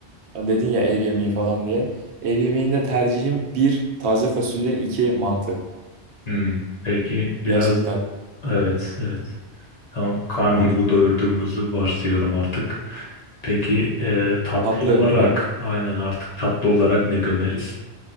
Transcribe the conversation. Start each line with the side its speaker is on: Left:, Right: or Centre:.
Right: Hani dedin ya ev yemeği falan diye. Ev yemeğinde tercihim bir taze fasulye, iki mantı.
Left: Hmm, peki biraz
Right: Gerçekten.
Left: evet evet. Tamam karnımızı doyurduğumuzu varsayıyorum artık. Peki e, tatlı
Right: Tatlı
Left: olarak
Right: mı?
Left: aynen artık tatlı olarak ne gömeriz?